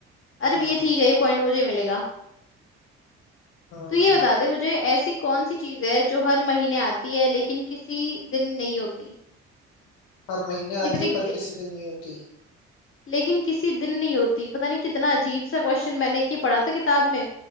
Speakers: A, on the left; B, on the left.
A: अरे
B: हम्म
A: भी ये ठीक है ये पॉइंट मुझे ही मिलेगा
B: हम्म।
A: तो ये बता दे मुझे ऐसी कौन सी चीज है जो हर महीने आती है लेकिन किसी दिन नहीं होती
B: हर महीने आती
A: इतनी
B: है पर किसी दिन नहीं होती
A: लेकिन किसी दिन नहीं होती पता नहीं कितना अजीब सा क्वेश्चन मैंने कि पढ़ा था किताब में